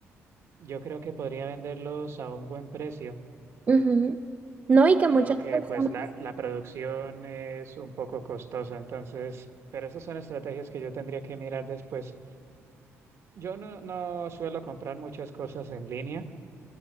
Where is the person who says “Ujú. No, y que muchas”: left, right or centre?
Right